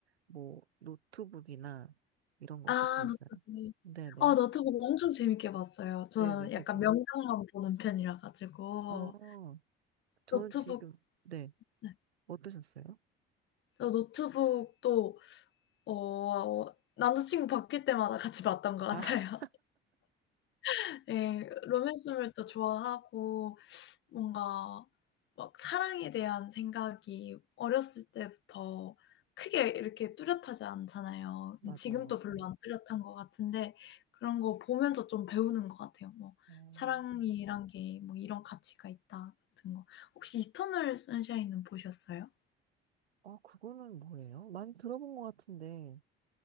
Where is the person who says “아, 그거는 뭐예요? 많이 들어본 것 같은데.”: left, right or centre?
Right